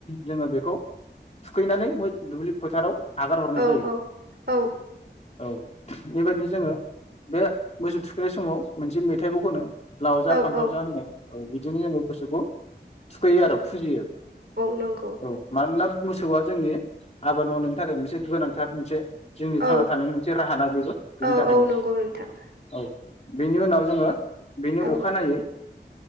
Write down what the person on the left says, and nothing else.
जोङो बेखौ थुखैनानै दुब्लि फोथाराव आगार हरनाय
जायो
औ बेबायदिनो जोङो बे मोसौ थुखैनाय समाव मोनसे मेथाइखौ खनो लाव
जा फान्थाव
जा होननाय ओ बिदिनो जोङो गोसोखौ थुखैयो आरो। फुजियो
औ मानोना मोसौआ जोंनि आबाद मावनायनि थाखाय मोनसे गोनांथार मोनसे जोंनि
थांना थानायनि मोनसे राहा ना बेबो
बेनि थाखायनो
औ। बेनि उनाव जोङो बेनि
अखानायै